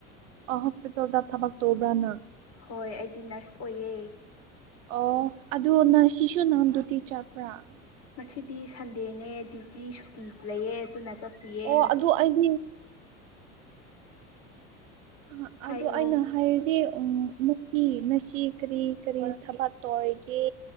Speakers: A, on the right; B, on the left.
A: ꯍꯣꯁꯄꯤꯇꯥꯜꯗ ꯊꯕꯛ ꯇꯧꯕ꯭ꯔꯥꯅ ꯅꯪ
B: ꯍꯣꯏ ꯑꯩꯗꯤ ꯅꯔꯁ ꯑꯣꯏꯑꯦ
A: ꯑꯣ ꯑꯗꯨ ꯁꯤꯁꯨ ꯅꯪ ꯗꯤꯌꯨꯇꯤ ꯆꯠꯄ꯭ꯔꯥ <inaudible>
B: ꯉꯁꯤꯗꯤ ꯁꯟꯗꯦꯅꯦ ꯗ꯭ꯌꯨꯇꯤ ꯁꯨꯇꯤ ꯂꯩꯌꯦ ꯑꯗꯨꯅ ꯆꯠꯇꯤꯌꯦ
A: ꯑꯣ ꯑꯗꯨ ꯑꯩꯗꯤ ꯑ
B: ꯍꯥꯏꯌꯣ
A: ꯑꯗꯨ ꯑꯩꯅ ꯍꯥꯏꯔꯗꯤ ꯎꯝ ꯅꯪꯇꯤ ꯉꯁꯤ ꯀꯔꯤ ꯀꯔꯤ ꯊꯕꯛ ꯇꯧꯔꯤꯒꯦ